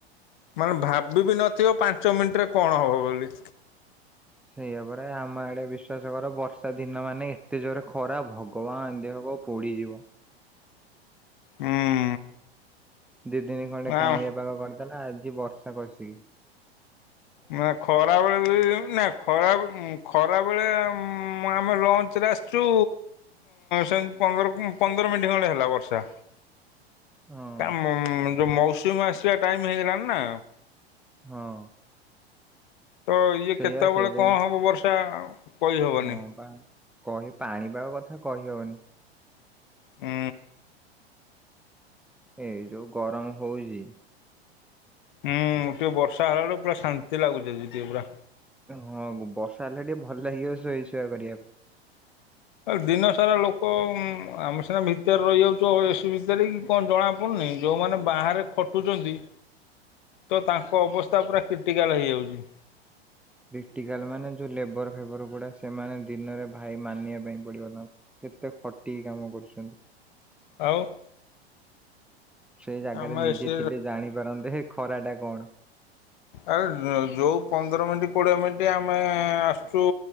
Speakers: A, on the left (about 50°); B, in the centre.
A: ମାନେ ଭାବି ବିି ନଥିବ ପା ପାଞ୍ଚ ମିନିଟ୍ ରେ କଣ ହବ ବୋଲି।
B: ସେଇଆ ପରା ଆମ ଆଡେ ବିଶ୍ଵାସ କର ବର୍ଷା ଦିନ ମାନେ ଏତେ ଜୋରେ ଖରା ଭଗବାନ ଦେହ ପୋଡ଼ିଯିବ।
A: ହୁଁ
B: ଦି ଦିନି ଖଣ୍ଡେ
A: ଆଉ
B: କାଉଁଳିଆ ପାାଗ କରି କାଇଁ ନା ଆଜି ବର୍ଷା ବର୍ଷି
A: ନା ଖରାବେଳେ ବି ନା ଖରା ଖରା ବେଳେ ଆମେ ଲଞ୍ଚରେ ଆସି ସେଟୁ ପନ୍ଦର ପନ୍ଦର ମିନିଟ୍ ଖଣ୍ଡେ ହେଲା ବର୍ଷା
B: ହଁ
A: କାଇଁ ଯୋଉ ମୌସୁମୀ ଆସିବା ଟାଇମ ହେଇଗଲାଣି ନା।
B: ହଁ।
A: ତ ଇଏ
B: ସେଇଆ
A: କେତେବେଳେ
B: ସେଇଥିପାଇଁ
A: କଣ ହବ ବର୍ଷା କହିହେବନି
B: ହଁ ବା କହି ପାଣିିପାଗ କଥା କହିହବନି।
A: ହୁଁ।
B: ଏ ଯୋଉ ଗରମ ହଉଛି।
A: ହୁଁ ଟିକେ ବର୍ଷା ହେଲା ବେଳକୁ ପୁରା ଶାନ୍ତି ଲାଗୁଛି ଟିକେ ପୁରା।
B: ହଁ ବର୍ଷା ହେଲେ ଟିକେ ଭଲ ଲାଗିବ ଶୋଇ ଶୁଆ କରିଆକୁ
A: ଦିନ ସାରା ଲୋକ ଆମେ ସିନା ଭିତରେ ରହିଯାଉଛୁ। ଏସି ଭିତରେ କି କଣ ଜଣା ପଡୁନ ନାଇଁ ଯୋଉମାନେ ବାହାରେ ଖଟୁଛନ୍ତି ତ ତାଙ୍କ ଅବସ୍ଥା ପୁରା କ୍ରିଟିକାଲ ହେଇଯାଉଛି।
B: କ୍ରିଟିକାଲ ମାନେ ଯୋଉ ଲେବର ଫେବର ଗୁଡା, ସେମାନେ ଦିନରେ ଭାଇ ମାନିଆ ପାଇଁ ପଡିବ ତାଙ୍କୁ କେତେ ଖଟିକି କାମ କରୁଛନ୍ତି।
A: ଆଉ।
B: ସେଇ ଜାଗାରେ
A: ଆମେ
B: ନିଜେ
A: ଏସି
B: ଥିଲେ ଜାଣିପାରନ୍ତେ ହେ ଖରା ଟା କଣ?
A: ଆରେ ଯୋଉ ପନ୍ଦର ମିନିଟ କୋଡିଏ ମିନିଟ୍ ଆମେ ଆସୁଛୁ